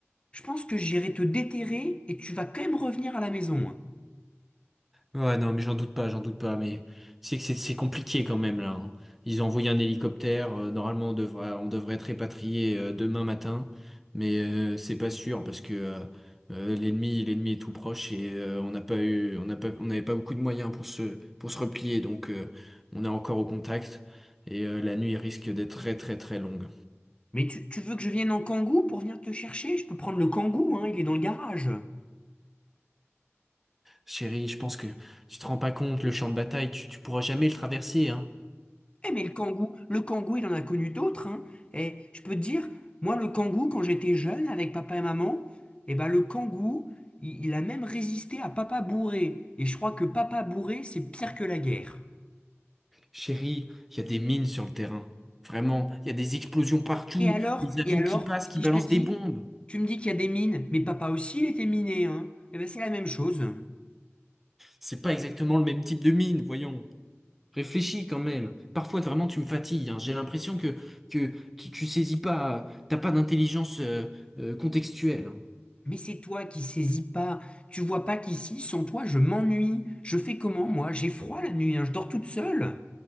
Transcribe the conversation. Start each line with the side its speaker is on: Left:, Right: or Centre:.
Left: je pense que j'irai te déterrer et tu vas quand même revenir à la maison. hein.
Centre: Ouais, non, mais j'en doute pas, j'en doute pas, mais c'est que c'est c'est compliqué quand même là. hein. Ils ont envoyé un hélicoptère, euh, normalement on devrait, on devrait être répatrié euh, demain matin, mais euh, c'est pas sûr parce que euh, euh, l'ennemi, l'ennemi est tout proche et euh, on n'a pas eu, on n'a pas, on n'avait pas beaucoup de moyens pour se, pour se replier, donc euh, on est encore au contact et euh, la nuit risque d'être très très très longue.
Left: Mais tu, tu veux que je vienne en kangou pour venir te chercher? Je peux prendre le kangou, hein. Il est dans le garage.
Centre: Chérie, je pense que tu te rends pas compte, le champ de bataille, tu, tu pourras jamais le traverser, hein.
Left: Eh mais le kangou, le kangou, il en a connu d'autres, hein. Et je peux te dire, moi, le kangou, quand j'étais jeune avec papa et maman, eh ben le kangou, il, il a même résisté à papa bourré. Et je crois que papa bourré, c'est pire que la guerre.
Centre: Chérie, il y a des mines sur le terrain. Vraiment, il y a des explosions partout,
Left: Et alors,
Centre: des avions
Left: et alors,
Centre: qui passent,
Left: si
Centre: qui balancent
Left: je te dis,
Centre: des bombes.
Left: tu me dis qu'il y a des mines, mais papa aussi, il était miné, hein. Eh ben c'est la même chose.
Centre: C'est pas exactement le même type de mine, voyons. Réfléchis quand même. Parfois, vraiment, tu me fatigues. hein. J'ai l'impression que, que tu, tu saisis pas, t'as pas d'intelligence euh, euh, contextuelle. hein.
Left: Mais c'est toi qui saisis pas. Tu vois pas qu'ici, sans toi, je m'ennuie. Je fais comment, moi? J'ai froid la nuit, hein. Je dors toute seule.